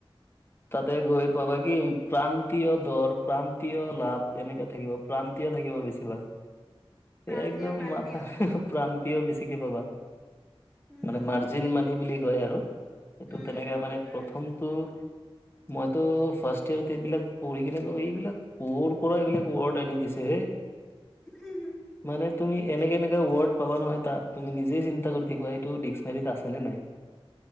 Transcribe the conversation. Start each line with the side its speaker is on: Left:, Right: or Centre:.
Left: তাতে গৈ পাবা কি প্ৰান্তীয় দৰ প্ৰান্তীয় লাভ এনেকে থাকিব। প্ৰান্তিয় থাকিব বেছিভাগ।
Centre: <inaudible> প্ৰান্তীয়
Left: একদম
Centre: প্ৰান্তীয়
Left: মাথা প্ৰান্তিও বেছিকে পাবা।
Centre: উম,
Left: মানে মাৰ্জিন মানি বুলি কয় আৰু সেইটো
Centre: উম,
Left: তেনেকে মানে
Centre: উম।
Left: প্ৰথমটো মইতো ফাষ্ট ইয়াৰত এইবিলাক পঢ়ি কিনে আকৌ এইবিলাক কৰ পৰা এইবিলাক ৱৰ্ড আনি দিছে হে।
Centre: <inaudible>
Left: মানে তুমি এনেকা-এনেকা ৱৰ্ড পাবা নহয় তাত তুমি নিজেই চিন্তা কৰি থাকিবা সেইটো ডিস্কনাৰিত আছেনে নাই।
Centre: <inaudible>